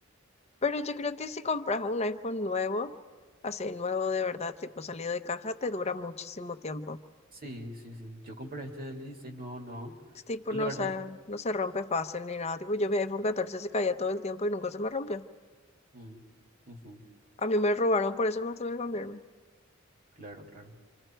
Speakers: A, on the left; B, on the right.
A: Pero yo creo que si compras un iPhone nuevo, así nuevo de verdad, tipo salido de caja, te dura muchísimo tiempo.
B: Sí, sí, sí. Yo compré este del 16, no, no.
A: Es tipo,
B: Y
A: no
B: la verdad...
A: se, no se rompe fácil ni nada. Tipo, yo mi iPhone 14 se caía todo el tiempo y nunca se me rompió.
B: mm, ujú,
A: A mí me robaron, por eso más tuve que cambiarme.
B: claro, claro.